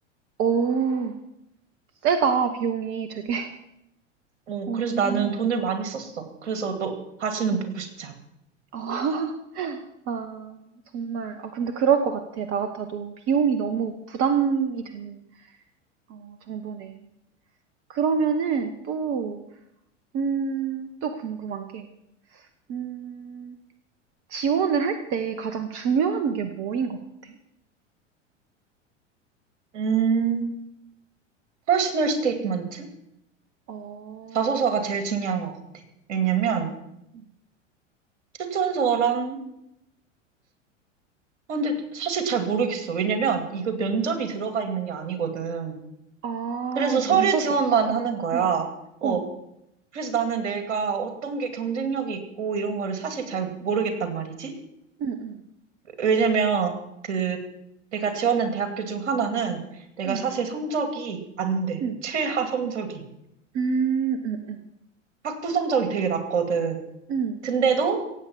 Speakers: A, on the right; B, on the right.
A: 오, 세다, 비용이 되게.
B: 어,
A: <laughs> 오,
B: 그래서 나는 돈을 많이 썼어. 그래서 너 다시는
A: 음.
B: 보고 싶지 않아.
A: 아. <laughs> 아 정말 아 근데 그럴 것 같아. 나 같아도 비용이 너무 부담이 되는 어 정도네. 그러면은 또 음 또 궁금한 게 음 지원을 할 때 가장 중요한 게 뭐인 것 같아?
B: 음, personal statement?
A: 어.
B: 자소서가 제일 중요한 것 같아. 왜냐면
A: 어. 음.
B: 추천서랑, 아, 근데 사실 잘 모르겠어. 왜냐면 이거 면접이 들어가 있는 게 아니거든.
A: 아
B: 그래서 서류
A: 면접이
B: 지원만
A: 없어?
B: 하는 거야.
A: 어.
B: 어,
A: 어 어.
B: 그래서 나는 내가 어떤 게 경쟁력이 있고 이런 거를 사실 잘 모르겠단 말이지.
A: 응, 응,
B: 왜냐면 그 내가 지원한 대학교 중 하나는 내가
A: 응,
B: 사실 성적이 안 돼.
A: 응, 음.
B: 최하 성적이.
A: 음 음음.
B: 학부 성적이 되게 낮거든.
A: 음.
B: 근데도